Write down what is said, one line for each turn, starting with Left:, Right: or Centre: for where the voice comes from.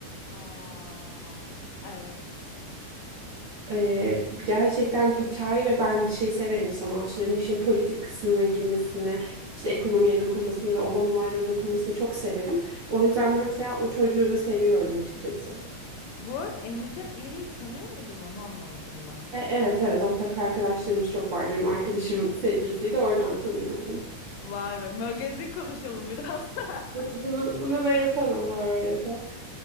Left: Aa, evet.
Right: Ee, gerçekten hikaye ve ben şey severim sanatçıların işin politik kısmına girmesini, işte ekonomiye dokunmasını ya da olan olaylara dokunmasını çok severim. O yüzden mesela o çocuğu da seviyorum açıkçası.
Left: Bu arada Emrecan İğri'yi tanıyor muydun? Onu anlamadım ben.
Right: E, evet evet ortak arkadaşlarımız çok vardı. Benim arkadaşımın <laughs> sevgilisiydi oradan tanıyordum.
Left: Vay be, magazin konuşalım biraz. <laughs>
Right: Bunu, bunu, bunu da yapalım bu arada.